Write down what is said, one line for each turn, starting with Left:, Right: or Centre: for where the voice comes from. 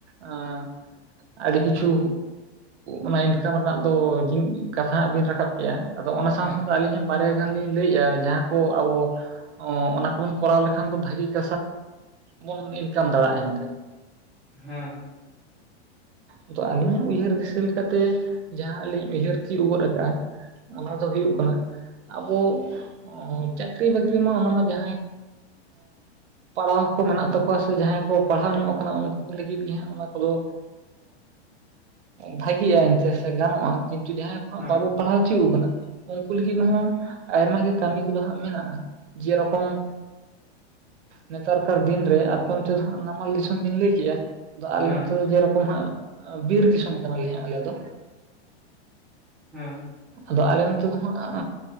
Right: ᱮᱸ ᱟᱹᱰᱤ ᱠᱤᱪᱷᱩ ᱚᱱᱟ ᱤᱱᱠᱟᱢ ᱨᱮᱱᱟᱜ ᱫᱚ ᱠᱟᱛᱷᱟ ᱦᱟᱸᱜ ᱵᱤᱱ ᱨᱟᱠᱟᱵ ᱠᱮᱜ-ᱟ ᱟᱫᱚ ᱚᱱᱟ ᱥᱟᱶ
Centre: ᱦᱮᱸ
Right: ᱥᱟᱶᱛᱮ ᱟᱹᱞᱤᱧ ᱦᱚᱸ ᱵᱟᱨᱭᱟ ᱜᱟᱱ ᱞᱤᱧ ᱞᱟᱹᱭᱮᱫ-ᱟ ᱡᱟᱦᱟᱸ ᱠᱚ ᱟᱵᱚ ᱚ ᱚᱱᱟ ᱠᱚᱵᱚᱱ ᱠᱚᱨᱟᱣ ᱞᱮᱠᱷᱟᱱ ᱫᱚ ᱵᱷᱟᱹᱜᱤ <inaudible> ᱵᱚᱱ ᱤᱱᱠᱟᱢ ᱫᱟᱲᱮᱭᱟᱜ-ᱟ ᱮᱱᱛᱮ
Centre: ᱦᱮᱸ,
Right: ᱟᱫᱚ ᱟᱹᱞᱤᱧᱟᱜ ᱩᱭᱦᱟᱹᱨ ᱫᱤᱥᱟᱹ ᱞᱮᱠᱟᱛᱮ ᱡᱟᱦᱟᱸ ᱟᱹᱞᱤᱧ ᱩᱭᱦᱟᱹᱨ ᱛᱤᱭᱩᱜ ᱜᱚᱫ ᱟᱠᱟᱫ-ᱟ ᱚᱱᱟ ᱫᱚ ᱦᱩᱭᱩᱜ ᱠᱟᱱᱟ ᱟᱵᱚ ᱚ ᱪᱟᱹᱠᱨᱤ ᱵᱟᱹᱠᱨᱤ ᱢᱟ ᱚᱱᱟ ᱢᱟ ᱡᱟᱦᱟᱸᱭ ᱯᱟᱲᱦᱟᱣ ᱠᱚ ᱢᱮᱱᱟᱜ ᱛᱟᱠᱚᱣᱟ ᱥᱮ ᱡᱟᱦᱟᱸᱭ ᱠᱚ ᱯᱟᱲᱦᱟᱣ ᱧᱚᱜ ᱟᱠᱟᱱᱟ ᱩᱱᱠᱩ ᱠᱚ ᱞᱟᱹᱜᱤᱫ ᱜᱮ ᱦᱟᱸᱜ ᱚᱱᱟ ᱠᱚᱫᱚ ᱵᱷᱟᱜᱮᱭᱟ ᱮᱱᱛᱮ ᱥᱮ ᱜᱟᱱᱚᱜ-ᱟ ᱠᱤᱱᱛᱩ ᱡᱟᱦᱟᱸᱭ ᱠᱚ
Centre: ᱦᱮᱸ
Right: ᱵᱟᱵᱚ ᱯᱟᱲᱦᱟᱣ ᱦᱚᱪᱚ ᱠᱟᱱᱟ ᱩᱱᱠᱩ ᱞᱟᱹᱜᱤᱫ ᱦᱚᱸ ᱟᱭᱢᱟ ᱜᱮ ᱠᱟᱹᱢᱤ ᱠᱚᱫᱚ ᱦᱟᱸᱜ ᱢᱮᱱᱟᱜ-ᱟ᱾ ᱡᱮ ᱨᱚᱠᱚᱢ ᱱᱮᱛᱟᱨ ᱠᱟᱨ ᱫᱤᱱᱨᱮ ᱟᱯᱮ ᱚᱱᱛᱮ ᱫᱚ ᱱᱷᱟᱜ ᱱᱟᱢᱟᱞ ᱫᱤᱥᱚᱢ ᱵᱤᱱ ᱞᱟᱹᱭ ᱠᱮᱫᱮᱜ-ᱟ᱾ ᱟᱫᱚ ᱟᱞᱮ
Centre: ᱦᱮᱸ
Right: ᱱᱚᱛᱮ ᱫᱚ ᱡᱮᱨᱚᱠᱚᱢ ᱦᱟᱸᱜ ᱵᱤᱨ ᱫᱤᱥᱚᱢ ᱠᱟᱱᱟᱞᱮ ᱦᱟᱸᱜ ᱟᱞᱮ ᱫᱚ᱾
Centre: ᱦᱮᱸ,
Right: ᱟᱫᱚ ᱟᱞᱮ ᱱᱚᱛᱮ ᱫᱚ ᱦᱟᱸᱜ-